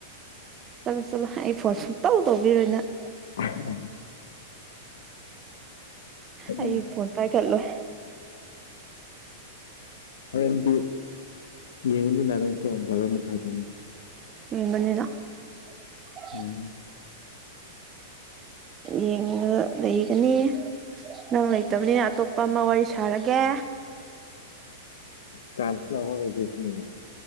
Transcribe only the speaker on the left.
<unintelligible> ꯑꯗꯨꯝ
ꯍꯣꯔꯦꯟꯗꯤ ꯌꯦꯡꯉꯨꯗꯅ ꯅꯪꯁꯨ ꯕꯥꯔꯣ ꯃꯈꯥꯏꯗꯅꯤ
ꯎꯝ
ꯆꯥꯟꯁ ꯂꯧꯍꯧꯔꯒꯦ ꯁꯤꯅꯤꯅꯦ